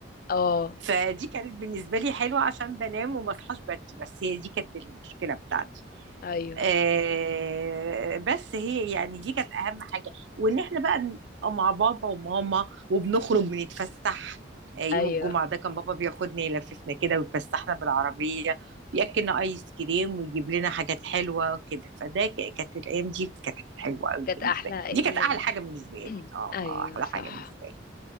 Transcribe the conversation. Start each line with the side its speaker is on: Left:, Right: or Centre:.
Left: اه
Right: فدي كانت بالنسبة لي حلوة عشان بنام وما اصحاش بدري بس هي دي كانت المشكلة بتاعتي
Left: ايوه
Right: آه، بس هي يعني دي كانت اهم حاجه وان احنا بقى نبقى مع بابا وماما وبنخرج بنتفسح آه، يوم
Left: ايوه
Right: الجمعه ده كان بابا بياخدنا يلففنا كده ويفسحنا بالعربيه وياكلنا ايس كريم ويجيب لنا حاجات حلوه كده فده ك- كانت الايام دي كانت حلوه قوي
Left: كانت
Right: بالنسبه
Left: احلى
Right: لي
Left: ايام
Right: دي كانت احلى حاجه بالنسبه لي
Left: <clears throat>
Right: اه
Left: ايوه
Right: آه، احلى
Left: صح
Right: حاجه بالنسبه لي